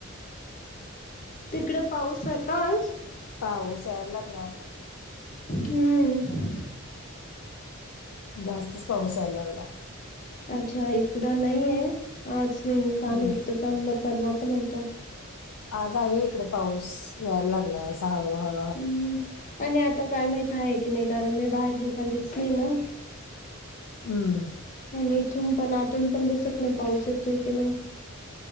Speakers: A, on the left (about 35°); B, on the left (about 80°).
A: तिकड पाऊस आहे का आज?
B: पाऊस यायला लागला आता खूप
A: हम्म
B: <unintelligible> जास्तच पाऊस याय लागला.
A: अच्छा एक <unintelligible> कडं नहीय आज <unintelligible> काल
B: हम्म
A: होतं चांगल पर्वा पण होतं.
B: आज आहे इकडं पाऊ याय लागलाय असा हळूहळु.
A: हम् आणि आता काय माहित आहे की नाही कारण मी बाहेर निघालीच नाही ना.
B: हम्म.
A: आणि इथून पण आतून पण दिसत नाही पाऊस येतोय की नाही